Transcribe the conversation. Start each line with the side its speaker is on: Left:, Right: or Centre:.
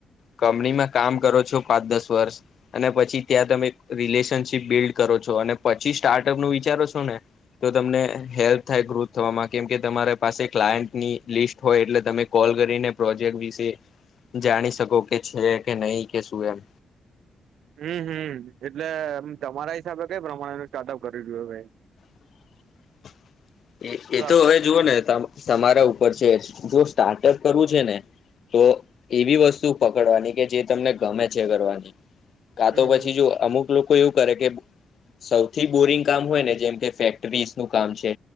Left: કંપનીમાં કામ કરો છો પાંચ દસ વર્ષ. અને પછી ત્યાં તમે રિલેશનશીપ બિલ્ડ કરો છો અને પછી સ્ટાર્ટઅપનું વિચારો છો ને, તો તમને હેલ્પ થાય ગ્રુથ થવામાં કેમ કે તમારી પાસે ક્લાયન્ટની લિસ્ટ હોય એટલે તમે કોલ કરીને પ્રોજેક્ટ વિશે જાણી શકો કે છે કે નહિ કે શું એમ.
Right: હમ્મ હમ્મ એટલે તમારા હિસાબે કઈ પ્રમાણેનું સ્ટાર્ટઅપ કરી રહ્યું ભાઈ.
Left: <inaudible> એ
Right: ભાઈ
Left: એ તો હવે જુઓ
Right: હમ
Left: ને તમારા ઉપર છે જો સ્ટાર્ટઅપ કરવું છે ને, તો એવી વસ્તુ પકડવાની કે જે તમને ગમે છે કરવાની. કા
Right: હમ
Left: તો પછી જો અમુક લોકો એવું કરે કે સૌથી બોરિંગ કામ હોય ને જેમ કે ફેક્ટરીસ નું કામ છે.